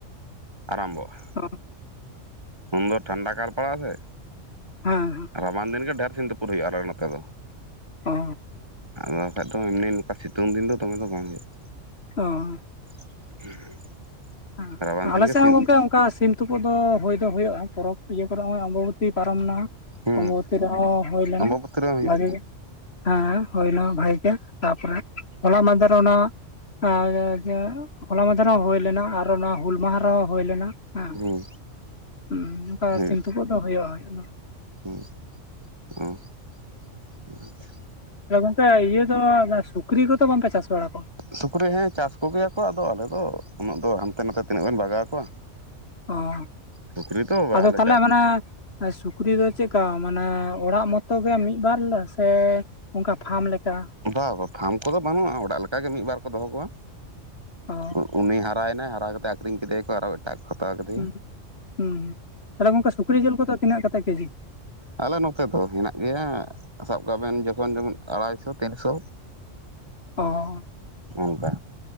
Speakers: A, on the right; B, on the left.
A: ᱟᱨᱟᱢᱵᱷᱚᱜᱼᱟ
B: ᱚᱦᱻ
A: ᱩᱱᱫᱚ ᱴᱷᱟᱱᱰᱟ ᱠᱟᱞ ᱯᱟᱲᱟᱜᱼᱟ ᱥᱮ
B: ᱦᱮᱸ ᱦᱮᱸ
A: ᱨᱟᱵᱟᱝ ᱫᱤᱱ ᱜᱮ ᱰᱷᱮᱨ ᱥᱤᱢ ᱛᱩᱯᱩᱫ ᱦᱩᱭᱩᱜ-ᱟ ᱟᱞᱮ ᱱᱚᱛᱮ ᱫᱚ᱾
B: ᱚᱻ
A: ᱟᱫᱚ ᱵᱟᱠᱷᱟᱡ ᱫᱚ ᱮᱢᱱᱤ ᱱᱤᱝᱠᱟ ᱥᱤᱛᱩᱝ ᱫᱤᱱ ᱫᱚ ᱫᱚᱢᱮ ᱫᱚ ᱵᱟᱝ ᱦᱩᱭᱩᱜ-ᱟ᱾
B: ᱚᱸ ᱦᱚᱻ
A: <inaudible>
B: ᱦᱮᱸ
A: ᱨᱟᱵᱟᱝ
B: ᱟᱞᱮ
A: ᱫᱤᱱ ᱜᱮ
B: ᱥᱮᱜ
A: ᱥᱤᱢ
B: ᱦᱚᱸ ᱜᱚᱝᱠᱮ ᱚᱱᱠᱟ ᱥᱤᱢᱼᱼ ᱛᱩᱯᱩᱫ ᱫᱚ ᱦᱩᱭ ᱫᱚ ᱦᱩᱭᱩᱜ-ᱟ ᱯᱚᱨᱚᱵᱽ ᱤᱭᱟᱹ ᱠᱚᱨᱮ ᱦᱚᱸᱜ-ᱚᱭ ᱟᱢᱵᱟᱵᱚᱛᱤ ᱯᱟᱨᱚᱢ ᱮᱱᱟ᱾
A: ᱦᱩᱸ
B: ᱟᱢᱵᱟᱵᱚᱛᱤ ᱨᱮᱦᱚᱸ ᱦᱩᱭ ᱞᱮᱱᱟ
A: ᱟᱢᱵᱟᱵᱚᱛᱤ ᱨᱮ ᱦᱩᱭᱩᱜᱼᱟ
B: ᱵᱷᱟᱹᱜᱤ ᱜᱮ ᱦᱮᱸ ᱦᱩᱭ ᱱᱟ ᱵᱷᱟᱹᱜᱤ ᱜᱮ ᱛᱟᱯᱚᱨᱮ ᱦᱚᱞᱟ ᱢᱟᱦᱫᱮᱨ ᱦᱚᱸ ᱱᱟᱜ ᱟᱨ ᱦᱚᱞᱟ ᱢᱟᱦᱫᱮᱨ ᱦᱚᱸ ᱦᱩᱭ ᱞᱮᱱᱟ ᱟᱨᱦᱚᱸ ᱱᱚᱣᱟ ᱦᱩᱞ ᱢᱟᱦᱟ ᱨᱮᱦᱚᱸ ᱦᱩᱭ ᱞᱮᱱᱟ ᱦᱮᱸ
A: ᱦᱩᱸ
B: ᱦᱩᱸ ᱚᱱᱠᱟ
A: ᱦᱩᱭᱩᱜ
B: ᱥᱤᱢ ᱛᱩᱯᱩᱜ ᱫᱚ ᱦᱩᱭᱩᱜ-ᱟ ᱟᱫᱚ
A: ᱦᱩᱸ <unintelligible>
B: ᱛᱟᱦᱮᱞᱮ‌ ᱜᱚᱝᱠᱮ ᱤᱭᱟᱹ ᱫᱚ ᱟᱫᱚ ᱥᱩᱠᱨᱤ ᱠᱚᱫᱚ ᱵᱟᱝ ᱯᱮ ᱪᱟᱥ ᱵᱟᱲᱟ ᱠᱚᱣᱟ?
A: ᱥᱩᱠᱨᱤ ᱦᱮᱸ ᱪᱟᱥ ᱠᱚᱜᱮ ᱭᱟᱠᱚ ᱟᱫᱚ ᱟᱞᱮ ᱫᱚ ᱩᱱᱟᱹᱜ ᱫᱚ ᱦᱟᱱᱛᱮ ᱱᱟᱛᱮ ᱛᱤᱱᱟᱹᱜ ᱵᱮᱱ ᱵᱟᱜᱟᱣ ᱠᱚᱣᱟ
B: ᱚ ᱦᱚᱻ
A: ᱥᱩᱠᱨᱤ ᱫᱚ ᱵᱟᱞᱮ
B: ᱟᱫᱚ ᱛᱟᱦᱚᱞᱮ
A: ᱪᱟᱥ
B: ᱢᱟᱱᱮ ᱥᱩᱠᱨᱤ ᱫᱚ ᱪᱮᱜ ᱠᱟ ᱢᱟᱱᱮ ᱚᱲᱟᱜ ᱢᱚᱛᱚ ᱜᱮ ᱢᱤᱫ ᱵᱟᱨ ᱞᱮ ᱥᱮᱼᱼ ᱚᱱᱠᱟ ᱯᱷᱟᱢ ᱞᱮᱠᱟ
A: ᱵᱟ ᱵᱟᱝ ᱯᱷᱟᱢ ᱠᱚᱫᱚ ᱵᱟᱱᱩᱜ-ᱟ ᱚᱲᱟᱜ ᱞᱮᱠᱟ ᱜᱮ ᱢᱤᱫ ᱵᱟᱨ ᱠᱚ ᱫᱚᱦᱚ ᱠᱚᱣᱟ᱾
B: ᱚ
A: ᱩᱸ ᱩᱱᱤ ᱦᱟᱨᱟ ᱭᱮᱱᱟᱭ ᱦᱟᱨᱟ ᱠᱟᱛᱮᱜ ᱟᱹᱠᱷᱨᱤᱧ ᱠᱮᱫᱮᱭᱟᱠᱚ ᱟᱨᱦᱚᱸ ᱮᱴᱟᱜ ᱠᱚ ᱦᱟᱛᱟᱣ ᱠᱮᱫᱮᱼᱼ
B: ᱦᱩᱸ ᱦᱩᱸ ᱛᱟᱦᱚᱞᱮ ᱜᱚᱝᱠᱮ ᱥᱩᱠᱨᱤ ᱡᱤᱞ ᱠᱚᱫᱚ ᱛᱤᱱᱟᱹᱜ ᱠᱟᱛᱮᱜ ᱠᱮᱡᱤ?
A: ᱟᱞᱮ ᱱᱚᱛᱮ ᱫᱚ ᱦᱮᱱᱟᱜ ᱜᱮᱭᱟ ᱥᱟᱵ ᱠᱟᱜ ᱵᱮᱱ ᱡᱚᱠᱷᱚᱱ ᱡᱮᱢᱚᱱ ᱟᱲᱟᱭ ᱥᱚ ᱛᱤᱱ ᱥᱚ
B: ᱚ ᱦᱚᱻ
A: ᱚᱝᱠᱟ